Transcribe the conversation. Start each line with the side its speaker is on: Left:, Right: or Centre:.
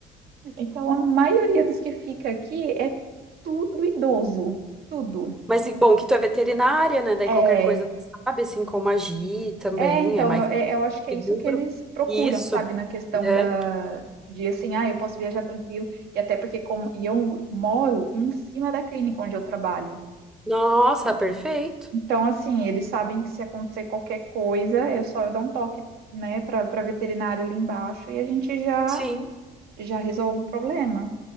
Right: Então, a maioria dos que fica aqui é tudo idoso, tudo.
Centre: Mas e bom que tu é veterinária, né? Daí
Right: É,
Centre: qualquer coisa tu sabe, assim como agir também,
Right: é então,
Centre: é mais
Right: eu, é- eu acho que é
Centre: seguro.
Right: isso que eles procuram,
Centre: Isso.
Right: sabe, na questão
Centre: É.
Right: da, de assim, ah, eu posso viajar tranquilo, e até porque como, e eu moro em cima da clínica onde eu trabalho.
Centre: Nossa, perfeito.
Right: Então, assim, eles sabem que se acontecer qualquer coisa, é só eu dar um toque, né, para para veterinária ali embaixo e a gente já
Centre: Sim.
Right: já resolve o problema.